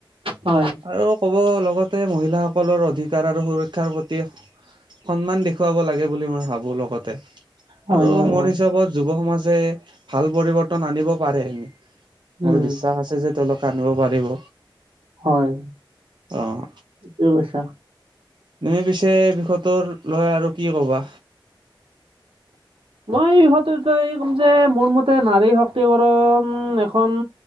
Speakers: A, on the right (about 80°); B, on the right (about 60°).
A: হয়
B: আৰু ক'ব লগতে, মহিলাসকলৰ অধিকাৰ আৰু সুৰক্ষাৰ প্ৰতি সন্মান দেখুৱাব লাগে, বুলি মই ভাবোঁ লগতে!
A: হয়
B: আৰু
A: হয়
B: মোৰ
A: হয়
B: হিচাপত, যুৱ সমাজে, ভাল পৰিৱৰ্তন আনিব পাৰে।
A: উম
B: মোৰ বিশ্বাস আছে যে, তেওঁলোকে আনিব পাৰিব।
A: হয়,
B: অ'
A: ঠিকেই কৈছা।
B: তুমি পিছে এই বিষয়টো লৈ আৰু কি ক'বা?
A: মই এই বিষয়টো এ ক'ম যে মোৰ মতে নাৰী শক্তিকৰণ এখন